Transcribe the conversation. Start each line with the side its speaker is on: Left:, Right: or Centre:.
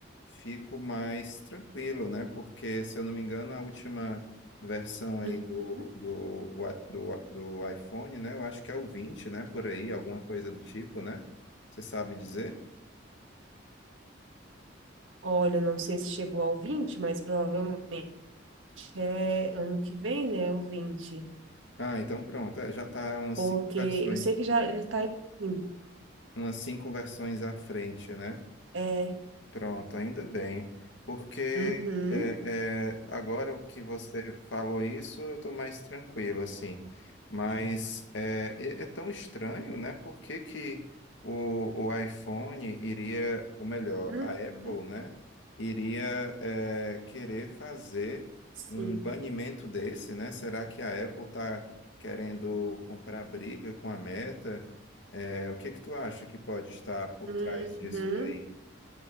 Left: fico mais tranquilo, né? Porque, se eu não me engano, a última versão aí
Right: Uhum.
Left: do, do, wa- do, do iPhone, né? Eu acho que é o 20, né? Por aí, alguma coisa do tipo, né? Você sabe dizer?
Right: Olha, não sei se chegou ao vinte, mas provavelmente é ano que vem, né? O 20,
Left: Ah, então pronto, é, já tá umas
Right: Porque
Left: cinco versões.
Right: eu sei que já ele tá evoluindo.
Left: umas cinco versões à frente, né?
Right: É.
Left: Pronto, ainda bem, porque
Right: Uhum.
Left: é, é, agora que você falou isso, eu estou mais tranquilo, assim. Mas é, é- é tão estranho, né? Por que que o, o iPhone iria, ou melhor,
Right: Uhum.
Left: a Apple, né? Iria é, querer fazer
Right: Sim.
Left: um banimento desse, né? Será que a Apple está querendo comprar briga com a Meta? É, o que que tu acha que pode estar por
Right: Uhum.
Left: trás disso daí?